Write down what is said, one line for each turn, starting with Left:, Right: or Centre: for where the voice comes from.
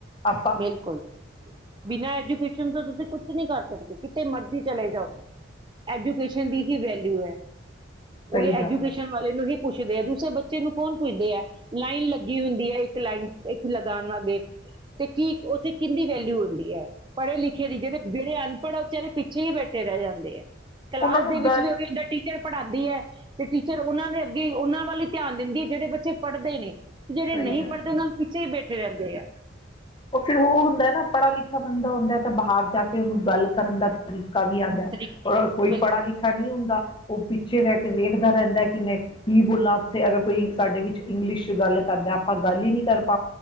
Left: ਆਪਾਂ
Right: ਬਿਲਕੁਲ, ਬਿਨਾਂ ਐਜੂਕੇਸ਼ਨ ਤੋਂ ਤੁਸੀਂ ਕੁੱਝ ਕੁਝ ਨਹੀਂ ਕਰ ਸਕਦੇ, ਕਿਤੇ ਮਰਜ਼ੀ ਚਲੇ ਜਾਓ, ਐਜੂਕੇਸ਼ਨ ਦੀ ਹੀ ਵੈਲਿਯੂ ਹੈ। <inaudible>
Left: ਸਹੀ
Right: ਉਹ ਐਜੂਕੇਸ਼ਨ
Left: ਗੱਲ ਹੈ।
Right: ਵਾਲੇ ਨੂੰ ਹੀ ਪੁੱਛਦੇ ਹੈ, ਦੂਸਰੇ ਬੱਚੇ ਨੂੰ ਕੌਣ ਪੁੱਛਦੇ ਹੈ। ਲਾਈਨ ਲੱਗੀ ਹੁੰਦੀ ਹੈ ਇੱਕ ਲਾਈਨ, ਇੱਕ ਲਗਾਵਾਂਗੇ। ਕੀ ਉੱਥੇ ਕਿੰਦੀ ਵੈਲਿਊ ਹੁੰਦੀ ਹੈ, ਪੜ੍ਹੇ-ਲਿਖੇ ਦੀ ਜਿਹੜੇ-ਜਿਹੜੇ ਅਣਪਣ ਪਰ ਉ ਵਿਚਾਰੇ ਪਿੱਛੇ ਹੀ ਬੈਠੇ ਰਹਿ ਜਾਂਦੇ ਏ। ਕਲਾਸ
Left: ਉਹਨਾਂ ਨੂੰ
Right: ਦੇ ਵਿੱਚ
Left: ਗੱਲ
Right: ਵੀ ਉਹੀ ਐਂਦਾ ਟੀਚਰ ਪੜ੍ਹਾਉਂਦੀ ਹੈ ਤੇ ਟੀਚਰ ਫਿਰ ਉਹਨਾਂ ਦੇ ਅੱਗੇ ਉਹਨਾਂ ਵੱਲ ਹੀ ਧਿਆਨ ਦਿੰਦੀ ਹੈ ਜਿਹੜੇ ਬੱਚੇ ਪੜ੍ਹਦੇ ਨੇ, ਤੇ ਜਿਹੜੇ
Left: ਸਹੀ
Right: ਨਹੀਂ
Left: ਗੱਲ
Right: ਪੜ੍ਹਦੇ ਉਹ ਨਾਂ ਪਿੱਛੇ ਹੀ ਬੈਠੇ ਰਹਿੰਦੇ ਆ।
Left: ਉਹ ਫਿਰ ਉਹ ਹੁੰਦਾ ਹੈ ਨਾ ਪੜਾ-ਲਿਖਾ ਬੰਦਾ ਹੁੰਦਾ ਏ ਤਾਂ ਬਾਹਰ ਜਾ ਕੇ ਉਹਨੂੰ ਗੱਲ ਕਰਨ ਦਾ ਤਰੀਕਾ ਕਾ ਵੀ ਆਉਂਦਾ
Right: ਬਿਲਕੁਲ
Left: ਪਰ ਕੋਈ ਪੜ੍ਹਾ-ਲਿਖਾ ਨਹੀਂ ਹੁੰਦਾ ਉਹ ਪੀ ਜਿਵੇਂ ਕੋਈ ਵੇਖਦਾ ਰਹਿੰਦਾ ਕਿ ਮੈਂ ਕੀ ਬੋਲਾਂ ਉੱਥੇ ਅਗਰ ਕੋਈ ਸਾਡੇ ਵਿੱਚ ਇੰਗਲਿਸ਼ ਗੱਲ ਕਰਦਾ ਆਪਾਂ ਗੱਲ ਹੀ ਨੀ ਕਰ ਪਾਉਂਦੇ।